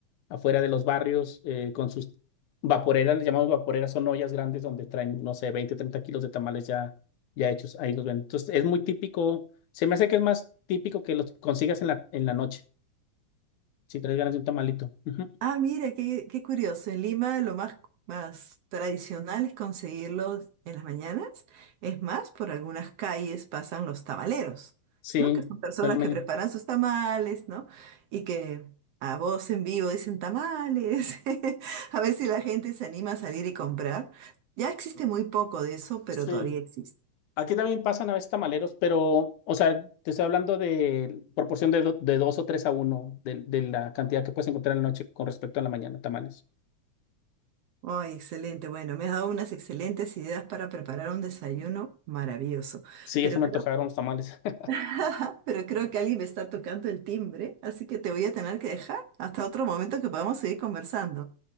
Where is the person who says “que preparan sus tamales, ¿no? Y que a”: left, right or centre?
Right